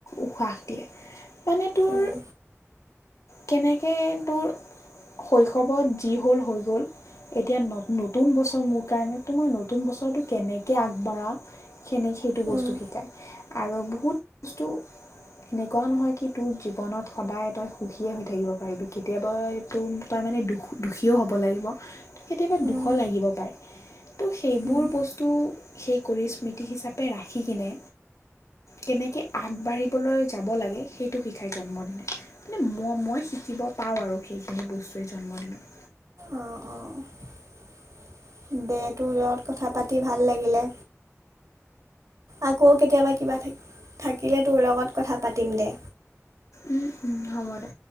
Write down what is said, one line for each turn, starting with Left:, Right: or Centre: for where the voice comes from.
Left: উশাহ দিয়ে। মানে তোৰ?
Right: উম
Left: কেনেকৈ তোৰ শৈশৱত যি হ'ল হৈ গ'ল এতিয়া নতুন বছৰ মোৰ কাৰণে তো মই নতুন বছৰটো কেনেকৈ আগবাঢ়া। সেনেক সেইটো বস্তু
Right: উম
Left: শিকায়। আৰু বহুত বস্তু এনেকুৱা নহয় কি তোৰ জীৱনত সদায় তই সুখীয়ে হৈ থাকিব পাৰিবি কেতিয়াবা তো তাৰ মানে দুখ দুখীও হ'ব লাগিব। কেতিয়াবা দুশ
Right: উম
Left: লাগিব পাৰে ত', সেইবোৰ
Right: উম
Left: বস্তু সেই কৰি স্মৃতি হিচাপে ৰাখি কিনে কেনেকে আগবাঢ়িবলৈ যাব লাগে সেইটো শিকায় জন্মদিনে। মানে মই মই শিকিব পাওঁ আৰু সেইখিনি বস্তুৱেই জন্মদিনত।
Right: অহ ',- অহ ', দে তোৰ লগত কথা পাতি ভাল লাগিলে। আকৌ কেতিয়াবা কিবা থাকিলে তোৰ লগত কথা পাতিম দে।
Left: উম ',- উম ', হ'ব দে।